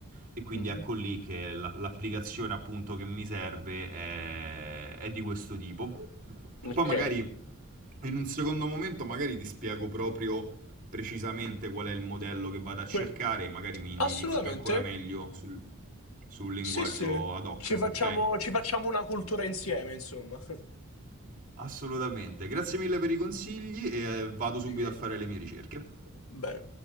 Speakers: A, on the right (about 40°); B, on the left (about 80°).
A: E quindi
B: Mhm,
A: ecco lì che la- l'applicazione appunto che mi serve è, è di questo tipo.
B: Ok.
A: Poi magari in un secondo momento magari ti spiego proprio precisamente qual è il modello che vado a cercare,
B: Quel-
A: magari mi indirizzi
B: Assolutamente.
A: ancora meglio sul, sul linguaggio
B: Sì, sì.
A: ad hoc,
B: Ci facciamo,
A: ok?
B: ci facciamo una cultura insieme, insomma. <laughs>
A: Assolutamente. Grazie mille per i consigli e eh, vado
B: Di
A: subito
B: che-
A: a fare le mie ricerche.
B: Bene.